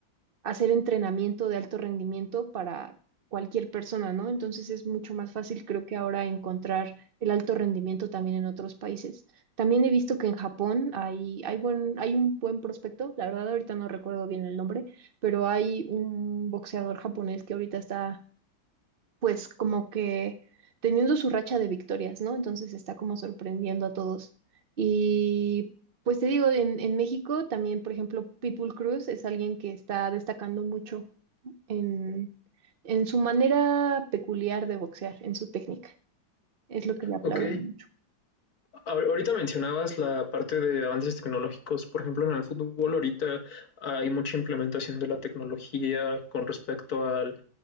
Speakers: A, on the right; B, on the left.
A: hacer entrenamiento de alto rendimiento para cualquier persona, ¿no? Entonces es mucho más fácil, creo que ahora encontrar el alto rendimiento también en otros países. También he visto que en Japón hay, hay buen, hay un buen prospecto, la verdad ahorita no recuerdo bien el nombre, pero hay un boxeador japonés que ahorita está pues como que teniendo su racha de victorias, ¿no? Entonces está como sorprendiendo a todos. Y pues te digo, en, en México también, por ejemplo, Pitbull Cruz es alguien que está destacando mucho en, en su manera peculiar de boxear, en su técnica. Es lo que le aplauden
B: Ok,
A: mucho.
B: ahorita mencionabas la parte de avances tecnológicos, por ejemplo en el fútbol ahorita hay mucha implementación de la tecnología con respecto al